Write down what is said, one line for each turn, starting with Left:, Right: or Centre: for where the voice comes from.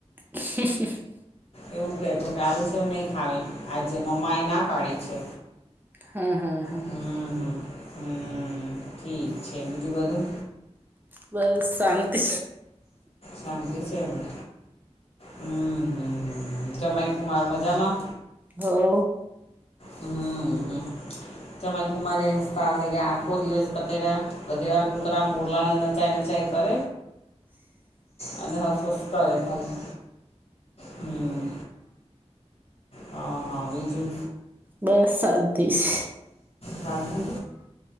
Right: <inaudible>
Left: એવું કહેતો કે આલું સવ નહીં ખાવી આજે મમ્મા એ ના પાડી છે.
Right: હા હા.
Left: હમ્મ હ હ ઠીક છે બીજું બધું.
Right: બસ શાંતિ
Left: શાંતિ છે ને. હમ્મ હ જમાય કુમાર મજામાં.
Right: હો
Left: હમ્મ હ. જમાયકુમારી હસતા હશે કે આખો દિવસ કતેડા વધેરા કૂતરા મોરલાને નચાય નચાય કર. અને હા સ્વસ્થ કર ખાલી. હમ. હા હા બીજું.
Right: બસ શાંતિ છ
Left: તંત.